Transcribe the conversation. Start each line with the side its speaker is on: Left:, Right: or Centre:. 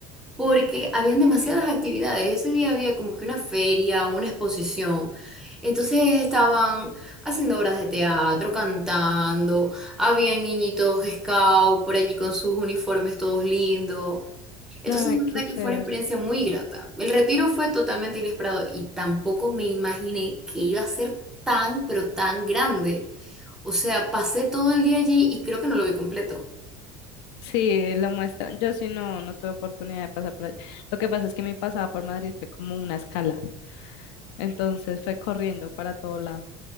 Centre: porque habían demasiadas actividades. Ese día había como que una feria, una exposición. Entonces estaban haciendo obras de teatro, cantando, habían niñitos scout por allí con sus uniformes todos lindos. Entonces,
Left: No,
Centre: la verdad
Left: qué chévere.
Centre: que fue una experiencia muy grata. El retiro fue totalmente inesperado y tampoco me imaginé que iba a ser tan, pero tan grande. O sea, pasé todo el día allí y creo que no lo vi completo.
Left: Sí, lo muestran. Yo sí no, no tuve oportunidad de pasar por allá. Lo que pasa es que mi pasada por Madrid fue como una escala, entonces fue corriendo para todo lado